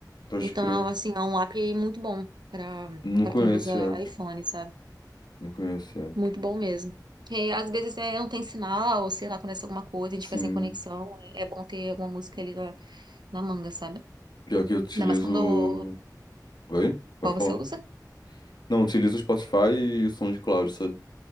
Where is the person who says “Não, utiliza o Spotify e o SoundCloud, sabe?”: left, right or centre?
Left